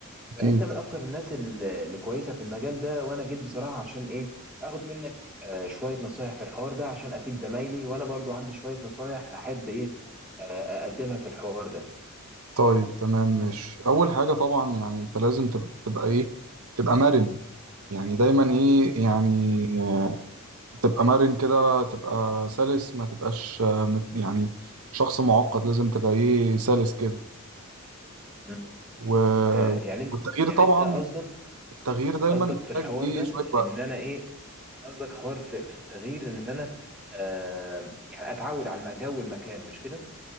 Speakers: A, on the right; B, in the centre.
A: أكيد
B: فانت من اكتر الناس ال- اللي كويسه في المجال ده وانا جيت بصراحه عشان ايه اخد منك آه، شويه نصايح في الحوار ده عشان افيد زمايلي وانا برضو عندي شويه نصايح احب ايه آه، اقدمها في الحوار ده
A: طيب تمام ماشي أول حاجة طبعا يعني أنت لازم تب- تبقى إيه تبقى مرن يعني دايما إيه
B: مم.
A: يعني آه، تبقى مرن كده تبقى سلس ما تبقاش آه، مت- يعني شخص معقد لازم تبقى إيه سلس كده
B: مم.
A: و...
B: آه، يعني انت-
A: والتغيير
B: يعني
A: طبعا
B: انت قصدك
A: التغيير دايما
B: قصدك
A: بيحتاج
B: في الحوار
A: إيه
B: ده
A: شوية وقت
B: ان انا ايه قصدك حوار في, في التغيير ان انا آه، يعني اتعود على الم- جو المكان مش كده